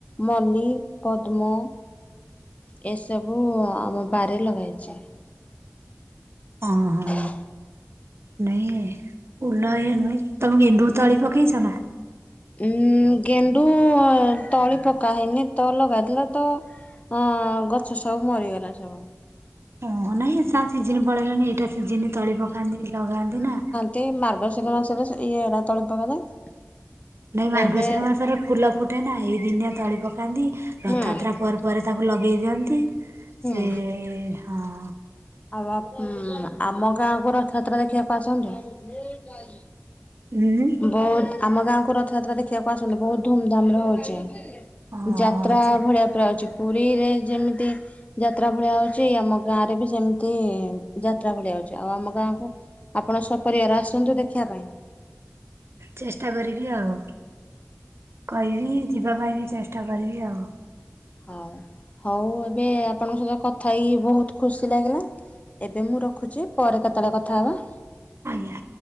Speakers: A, on the left; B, on the right.
A: ମଲ୍ଲୀ, ପଦ୍ମ ଏସବୁ ଆମ ବାରିରେ ଲଗାହେଇଛି।
B: ଓହୋ।
A: <inaudible>
B: ନାଇଁ ଓଲ ଏ ନୁହେଁ ତମେ ଗେଣ୍ଡୁ ତଳି ପକେଇଛ ନା।
A: ଉଁ ଗେଣ୍ଡୁ ତଳି ପକା ହେଇନି ତ ଲଗାଇଥିଲା ତ। ହଁ ଗଛ ସବୁ ମରିଗଲା ସବୁ।
B: ହଁ ନାଇଁ ତା ସିଜିିନ ପଳେଇଲାଣିି। ଏଇଟା ସିଜିିନି ତଳି ପକାନ୍ତି ଲଗାନ୍ତି ନା।
A: ତେଇ ମାର୍ଗଶିର ମାସରେ ଏଇଡ଼ା ତଳି ପକାଯାଏ
B: ନାଇଁ,
A: ତ
B: ମାର୍ଗଶିର
A: ଏବେ
B: ମାସରେ ଫୁଲ ଫୁଟେ ନା। ଏଇ ଦିନିଆ ତଳି ପକାନ୍ତି, ରଥଯାତ୍ରା
A: ହୁଁ
B: ପରେ ପରେ ତାକୁ କୁ ଲଗେଇ ଦିଅନ୍ତି।
A: ହୁଁ।
B: ସେ, ହଁ।
A: ଆଉ ଆମ ଉମ୍ ଆମ ଗାଁକୁ ରଥଯାତ୍ରା ଦେଖିବାକୁ ଆସନ୍ତୁ?
B: ଉଁ
A: ବହୁତ, ଆମ ଗାଁକୁ ରଥଯାତ୍ରା ଦେଖିବାକୁ ଆସନ୍ତୁ? ବହୁତ ଧୁମଧାମରେ ହଉଛି।
B: ହଁ
A: ଯାତ୍ରା ଭଳିଆ ପୁରା ହଉଛି। ପୁରୀରେ ଯେମିତି ଯାତ୍ରା ଭଳିଆ ହଉଛି, ଆମ ଗାଁରେ ବି ସେମତି ଯାତ୍ରା ଭଳିଆ ହଉଛି। ଆଉ ଆମ ଗାଁକୁ ଆପଣ ସପରିବାର ଆସନ୍ତୁ ଦେଖିବା ପାଇଁ?
B: ଚେଷ୍ଟା କରିବି ଆଉ। କହିବି, ଯିବା ପାଇଁ ବି ଚେଷ୍ଟା କରିବି ଆଉ।
A: ହଉ। ହଉ ଏବେ ଆପଣଙ୍କ ସହିତ କଥା ହେଇକି ବହୁତ ଖୁସି ଲାଗିଲା ଏବେ ମୁଁ ରଖୁଛି, ପରେ କେତେବେଳେ କଥା ହେବା।
B: ଆଜ୍ଞା।